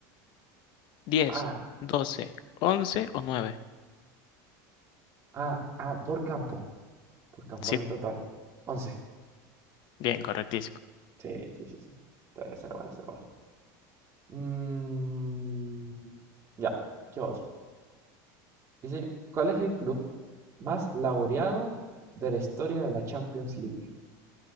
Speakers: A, on the left (about 50°); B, on the right (about 30°).
A: diez
B: Ah,
A: doce 11 o nueve
B: ah, ah, por campo. Por campana
A: Sí,
B: en total. once
A: bien, correctísimo.
B: Sí, sí, sí, sí. Está bien, será bueno, será bueno. Mm, ya, ¿qué otro? Dice, ¿cuál es el club más laureado de la historia de la Champions League?